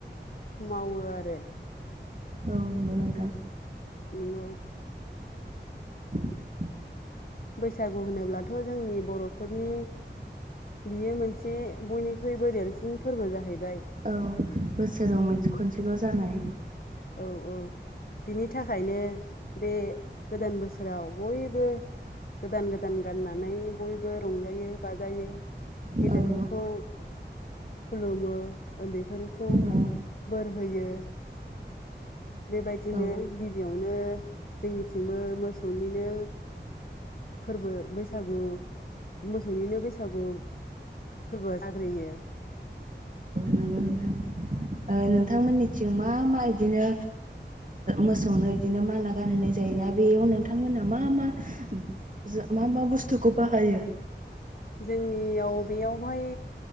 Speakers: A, on the left (about 50°); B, on the right (about 45°).
A: मावो आरो।
B: औ नंगौ नोंथां।
A: नंगौ।
B: <inaudible>
A: बैसागु होनोब्लाथ' जोंनि बर'फोरनि बियो मोनसे बयनिख्रुइबो देरसिन फोरबो जाहैबाय।
B: औ बोसोराव मोनसे खनसेल' जानाय
A: औ औ। बिनि थाखायनो बे गोदान बोसोराव बयबो गोदान गोदान गाननानै बयबो रंजायो बाजायो।
B: औ
A: गेदेरफोरखौ खुलुमो उन्दैफोरखौ
B: औ
A: बोर होयो। बेबायदिनो
B: औ
A: गिबियावनो जोंनिथिंबो मोसौनिनो। फोरबो बैसागु मोसौनिनो बैसागु। फोरबोआ जाग्रोयो।
B: नोंथां नोंथांमोननिथिं मा मा बिदिनो मोसौनो बिदिनो माला गानहोनाय जायोना बेयाव नोंथांमोना मा मा? जा मा मा बुस्थुखौ बाहायो?
A: जोंनियाव बेयावहाय।